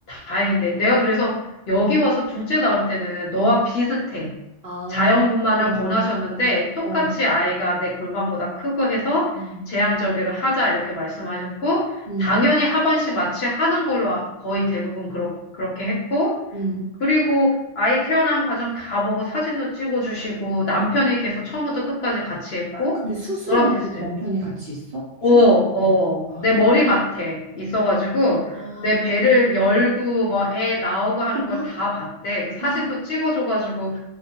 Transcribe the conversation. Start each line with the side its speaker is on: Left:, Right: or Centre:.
Left: 다행인데. 내가 그래서 여기 와서 둘째 낳을 때는 너와 비슷해.
Right: 아,
Left: 자연분만을
Right: 그렇구나.
Left: 권하셨는데 똑같이
Right: 어.
Left: 아이가 내 골반보다 크고 해서
Right: 음.
Left: 제왕절개를 하자 이렇게 말씀하셨고
Right: 음.
Left: 당연히 하반신 마취 하는 걸로 아, 거의 대부분 그렇, 그렇게 했고
Right: 음.
Left: 그리고 아이 태어난 과정 다 보고 사진도 찍어주시고 남편이 계속 처음부터 끝까지 같이 했고
Right: 근데 수술하는
Left: 너랑 비슷해.
Right: 데 도 남편이 같이 있어?
Left: 어,
Right: 수술.
Left: 어,
Right: 아,
Left: 내 머리맡에 있어가지고
Right: 아,
Left: 내 배를 열고 막 애 나오고 하는
Right: 수술방?
Left: 걸 다 봤대. 그 사진도
Right: 와,
Left: 찍어줘가지고